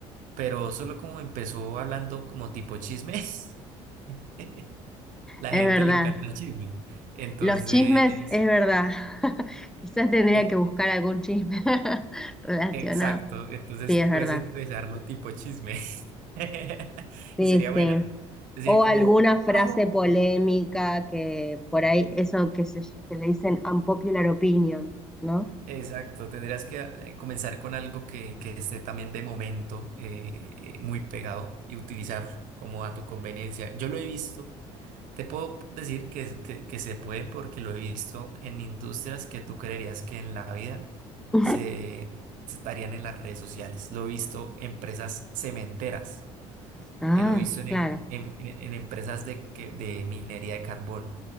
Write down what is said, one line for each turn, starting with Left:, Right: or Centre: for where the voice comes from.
Right: pero solo como empezó hablando como tipo chismes, <laughs> la
Centre: es
Right: gente
Centre: verdad.
Right: le encanta el chisme. Entonces,
Centre: Los chismes, es verdad. <laughs> Quizás tendría
Right: e-
Centre: que buscar algún chisme <laughs> relacionado.
Right: exacto, entonces
Centre: Sí, es verdad.
Right: puedes empezarlo tipo chisme. <laughs>
Centre: Sí,
Right: Y sería bueno.
Centre: sí.
Right: Decir
Centre: O
Right: como...
Centre: alguna frase
Right: ¡Oh!
Centre: polémica que por ahí, eso que, se, que le dicen unpopular opinion, ¿no?
Right: Exacto, tendrías que eh, comenzar con algo que, que esté también de momento eh, eh, muy pegado y utilizarlo como a tu conveniencia. Yo lo he visto, te puedo decir que, es- que, que se puede porque lo he visto en industrias que tú creerías que en la vida
Centre: <laughs>
Right: se, se estarían en las redes sociales. Lo he visto en empresas cementeras,
Centre: Ah,
Right: eh, lo he visto en,
Centre: claro.
Right: em- en- en empresas de, que- de minería de carbón,